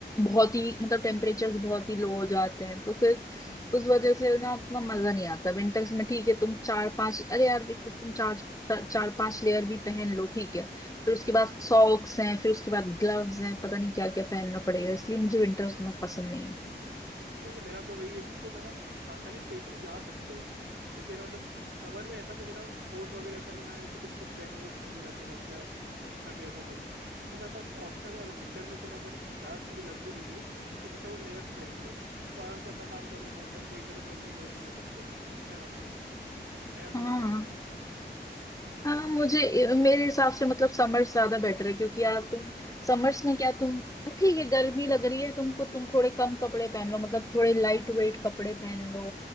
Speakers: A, on the left; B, on the right.
A: बहुत ही मतलब टेम्परेचर्स बहुत ही लो हो जाते हैं तो फिर उस वजह से ना उतना मजा नहीं आता विंटर्स में ठीक है तुम चार पांच अरे यार देखो तुम चार चार पांच लेयर भी पहन लो ठीक है फिर उसके बाद सॉक्स हैं फिर उसके बाद ग्लव्स हैं पता नहीं क्या क्या पहनना पड़ेगा इसलिए मुझे विंटर्स उतना पसंद नहीं है
B: नहीं, मतलब मेरा आपका वही है कि तुम है ना आसानी से कहीं पे भी जा सकते हो क्योंकि है ना मतलब समर में ऐसा कुछ है ना कोट वगैरह ऐसा नहीं आया कि तुम कुछ पहनो तो ठंडी लगने लग जाए या फिर ऐसा कुछ तो मेरे पास ऑप्शन है अगर विंटर में तुम अगर ज़्यादा ठंडी लग भी रही है तो कुछ ना कुछ लेयर्स पहन लो तो आराम से अपना काम करो नॉर्मल एक जगह बैठने की जरूरत नहीं है तुमको है ना मेरा तो
A: हाँ
B: वो कहना है <laughs> भाई।
A: हाँ मुझे मेरे हिसाब से मतलब समर्स ज्यादा बेटर है क्योंकि यार तुम समर्स में क्या तुम ठीक है गर्मी लग रही है तुमको तुम थोड़े कम कपड़े पहन लो मतलब थोड़े लाइट वेट कपड़े पहन लो